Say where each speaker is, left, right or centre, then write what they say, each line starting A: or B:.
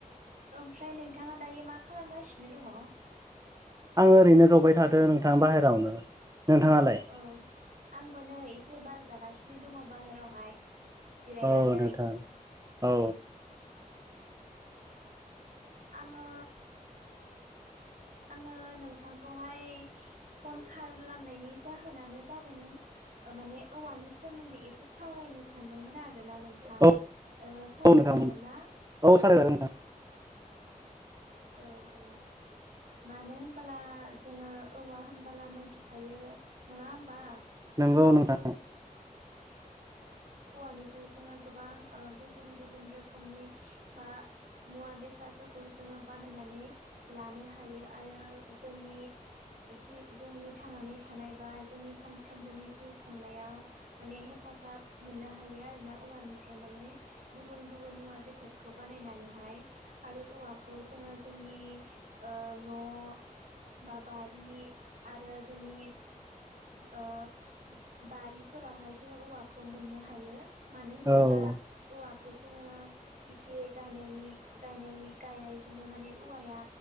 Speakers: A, on the right; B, on the right.
A: ओमफ्राय नोंथाङा दायो मा खालामगासिनो दङ'?
B: आं ओरैनो जबाय थादों नोंथां बाहेरावनो। नोंथाङालाय
A: औ आंबो नै एसे बार जागासिनो दङ बाहेरावहाय। जिरायनानै
B: औ नोंथां औ।
A: आङो आङो नोंथांखौहाय फन खालामनायनि जाहोनानो जादों ओ माने औवानि सोमोन्दै एसे सावरायनो सानदोंमोन आरो आरोना नोंथां
B: औ
A: ओ सावराय
B: औ नोंथां
A: जागोन ना
B: औ सावरायजागोन नोंथां
A: औ औ मानो होनबोला जोङो औवा होनबोला मोनथिखायो नङा होमबा
B: नोंगौ नोंथां
A: औवानिफ्राय जोङो गोबां ओ गुबुन गुबुन रोखोमनि बा मुवा बेसादफोरखौ जोङो बानायनानै लानो हायो आरो जोंनि जि जोंनि थांनानै थानाय बा जोंनि सानफ्रोमबोनि जिउ खुंनायाव माने हेफा हेफाजाब मोननो हायो आरो ना औवानिफ्राय माने गुबुन गुबुन मुवा बेसादखौ बानायनानैहाय आरो औवाखौ जोङो जोंनि ओ न' बा बारि आरो जोंनि ओ बारिफोरावहाय जोङो औवाखौ खौ मोननो हायो मानो होनबोला
B: औ
A: औवाखौ जोङो इसे गा नायनायनि गायनायनि गायनायजों जोंनो माने औवाया